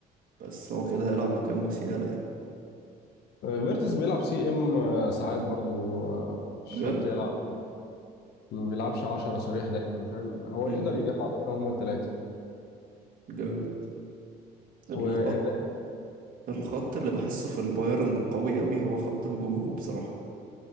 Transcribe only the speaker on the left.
آه، فيرتس بيلعب سي ام آه، ساعات برضو آه، مش
شرط يلعب ما بيلعبش 10 صريح دايما فاهم هو
يقدر يجمع ما بينهم هما الثلاثه
وده